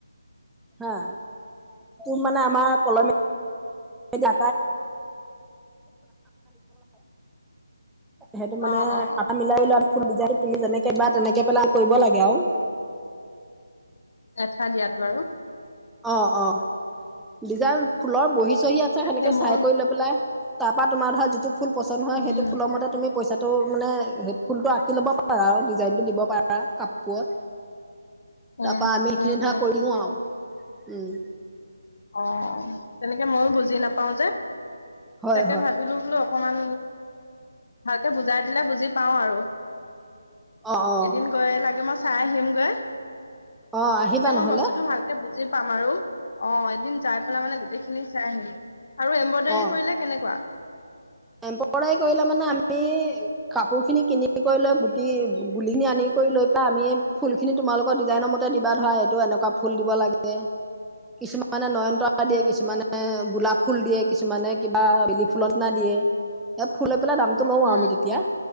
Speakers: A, in the centre; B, on the left.
A: অ <unintelligible> মানে, আমাৰ কলমে েই <unintelligible> সেইটো মানে
B: অ অ
A: আঠা মিলাই লোৱা যাই তুমি যেনেকে বা তেনেকে পেলা কৰিব লাগে আৰু।
B: আঠা দিয়াটো আৰু
A: অ' অ' দিজাপ ফুলৰ বহি
B: অ
A: চহি আছে।
B: তাকে
A: সেনেকে চাই
B: মই
A: কৰি লৈ পেলাই তাৰ পৰা তোমাৰ ধৰা যিটো ফুল পচন্দ হয়
B: উম
A: সেইটো ফুলৰ মতে তুমি পইচা টো মানে ফুলটো আঁকি ল'ব পাৰা আৰু ডিজাইনটো দিব পাৰা কাপোৰত।
B: উম
A: তাৰ পৰা আমি এইখিনি
B: উম
A: ধৰা
B: উম
A: কৰিও আৰু উম।
B: অ' তেনেকে ময়ো বুজি নাপাও যে,
A: হয়
B: তাকে
A: হয়
B: ভাবিলো বুদু অক অকমান ভালকে বুজাই দিলে বুজি পাওঁ আৰু
A: অ অ
B: এদিন গয় লাগে মই চাই আহিমগৈ।
A: অ আহিবা
B: তেতিয়া মই
A: নহলে।
B: বস্তুটো ভালকে বুজি পাম আৰু অ' এদিন যাই পেলাই মানে গোটেই গলে চাই আহিম আৰু এম্ব্ৰইডাৰী
A: অ
B: কৰিলে কেনেকুৱা?
A: এম্ব্ৰইডাৰী কৰিলে মানে আমি, কাপোৰ খিনি কিনি কৰি লৈ গুটি গুলি খিনি আনি কৰি লৈ পেলাই আমি ফুল খিনি তোমালোকৰ ডিজাইনৰ মতে দিবা ধৰা এইটো এনেকুৱা ফুল দিব লাগে, কিছুমান মানে নয়নতৰা
B: উম
A: দিয়ে, কিছুমানে গোলাপ ফুল দিয়ে, কিছুমানে কিবা বেলি ফুলত না দিয়ে। এ ফুল বোলে দামটো লওঁ
B: উম
A: আমি তেতিয়া